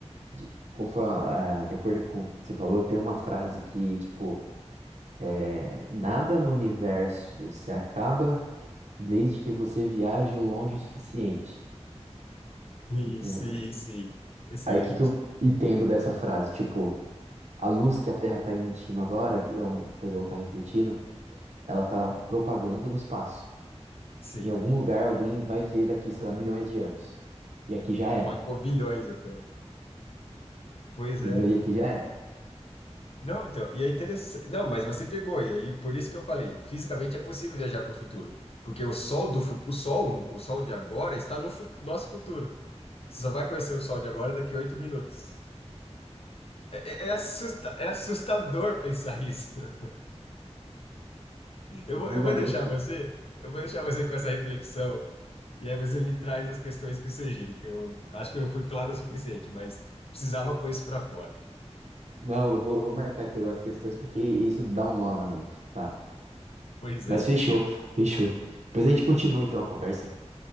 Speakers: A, on the right; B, on the left.
A: de, conforme, ah, de acordo com o que você falou, tem uma frase que, tipo, é, nada no universo se acaba desde que você viaje o longe o suficiente.
B: Sim,
A: Entendeu?
B: sim, sim. Excelente.
A: Aí o que que eu entendo dessa frase? Tipo, a luz que a Terra está emitindo agora, é um- quer dizer, ou está refletindo, ela está propagando no espaço.
B: Sim.
A: Em algum lugar alguém vai ver daqui, sei lá, milhões de anos. E aqui já era.
B: Pode pôr bilhões até. Pois
A: Entendeu?
B: é.
A: E aqui já era.
B: Não, então, e é interessante. Não, mas você pegou, e aí por isso que eu falei, fisicamente é possível viajar para o futuro. Porque o sol do futuro, o sol, o sol de agora está no fu- nosso futuro. Você só vai conhecer o sol de agora daqui a oito minutos. É, é, é assusta- é assustador pensar isso. <laughs> Eu
A: Buga
B: vou, eu vou
A: a mente.
B: deixar você, eu vou deixar você com essa reflexão. E aí você me traz as questões que surgirem, que eu acho que eu não fui claro o suficiente, mas precisava pôr isso para fora.
A: Não, eu vou, eu vou marcar aqui algumas questões porque isso dá um nó na mente, tá?
B: Pois
A: Mas
B: é, pois
A: fechou,
B: é.
A: fechou. Depois a gente continua então a conversa.